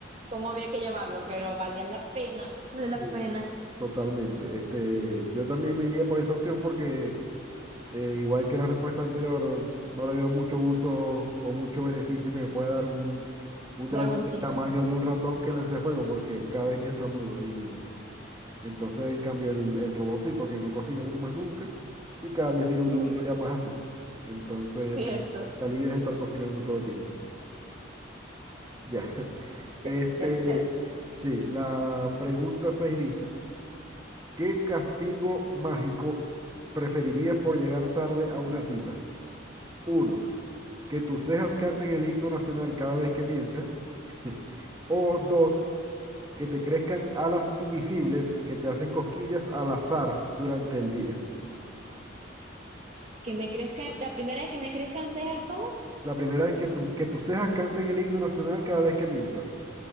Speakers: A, on the right; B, on the right.
A: cómo había que llamarlo, pero valía la pena, vale la
B: Sí,
A: pena,
B: totalmente. Este, yo también me iría por esa opción porque eh, igual que la respuesta anterior, no le veo mucho uso o mucho beneficio que me pueda dar un, un
A: dragoncito.
B: dragón del tamaño de un ratón que lance fuego porque cada vez que estornudo. Y entonces, en cambio, el, el robot sí, porque no cocina uno más nunca y cada 10 minutos
A: <laughs>
B: tú lo llamas así. Entonces,
A: Cierto,
B: te, ali- te alivias de estar cocinando todo el tiempo. Ya. <laughs>
A: cierto,
B: Este,
A: cierto, cierto.
B: sí, la pregunta 6 dice. ¿Qué castigo mágico preferirías por llegar tarde a una cita? Uno, Que tus cejas canten el himno nacional cada vez que mientes. <laughs> O 2, Que te crezcan alas invisibles que te hacen cosquillas al azar durante el día.
A: Que me crezcan, la primera vez que me crezcan cejas, ¿cómo?
B: La primera es que, tu- que tus cejas canten el himno nacional cada vez que mientas.